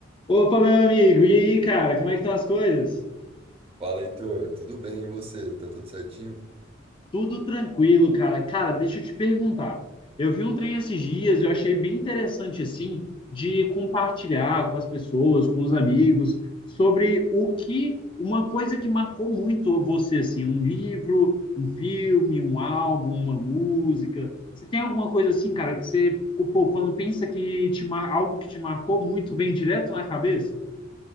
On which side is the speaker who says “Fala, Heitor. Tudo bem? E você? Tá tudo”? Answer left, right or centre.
Right